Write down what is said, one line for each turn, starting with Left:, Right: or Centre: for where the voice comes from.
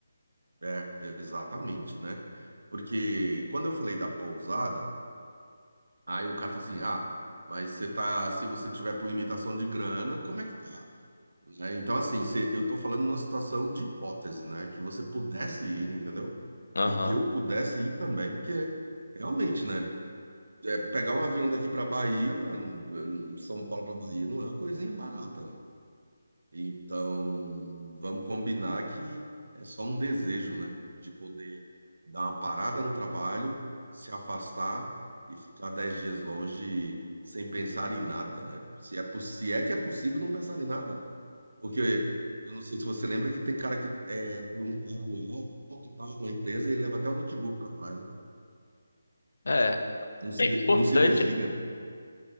Right: É, exatamente, né? Porque quando eu falei da pousada. Aí o cara fala assim, ah, mas você tá, se você tiver por limitação de grana, como é que tá? Né? Então, assim, se- eu tô falando numa situação de hipótese, né? Que você pudesse ir, entendeu?
Left: Aham.
Right: E que eu pudesse ir também, porque realmente, né? é, pegar um avião daqui pra Bahia, mano, São Paulo pra Bahia, não é uma coisinha barata, né? Então, vamos combinar que é só um desejo, né? De poder dar uma parada no trabalho, se afastar e ficar dez dias longe sem pensar em nada, né? Se é, po- se é que é possível não pensar em nada. Porque eu não sei se você lembra que tem cara que é, tem um cargo alto, tal, numa empresa, e ele leva até o notebook pra praia, né?
Left: É,
Right: Não se,
Left: é importante,
Right: de- não se desliga.